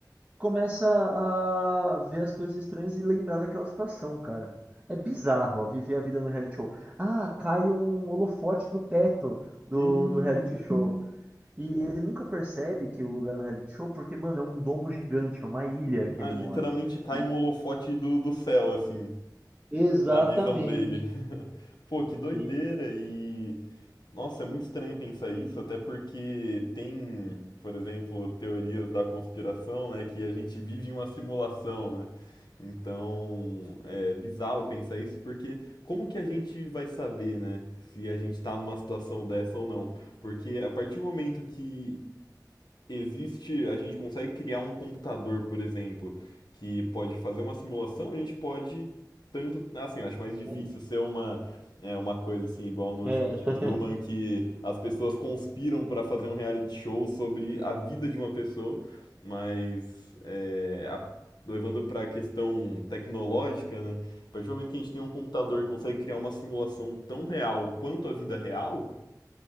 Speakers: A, on the right; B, on the left.
A: começa a ver as coisas estranhas e lembrar daquela situação, cara. É bizarro, ó, viver a vida no reality show. Ah, cai um holofote do teto do,
B: Hum.
A: do reality show. E ele nunca percebe que o lugar é um reality show, porque, mano, é um domo gigante, é uma ilha que
B: Ah,
A: ele
B: literalmente
A: mora.
B: cai
A: E-
B: um holofote do, do céu, assim,
A: Exatamente.
B: na visão dele. <laughs> Pô, que doideira!
A: Sim,
B: E Nossa, é muito estranho pensar isso, até porque tem, por exemplo, teorias da conspiração, né, que a gente vive em uma simulação, né? Então, é bizarro pensar isso, porque como que a gente vai saber, né, se a gente está numa situação
A: sim,
B: dessa ou não? Porque a partir do momento que existe, a gente consegue criar um computador, por exemplo, que pode fazer uma simulação, a gente pode tanto, assim, eu acho mais difícil
A: sim.
B: ser uma é uma coisa assim igual no
A: É.
B: show de
A: <laughs>
B: Truman que as pessoas conspiram para fazer um reality show sobre a vida de uma pessoa, mas é, a- levando para a questão tecnológica, né? A partir do momento que a gente tem um computador que consegue criar uma simulação tão real quanto a vida real,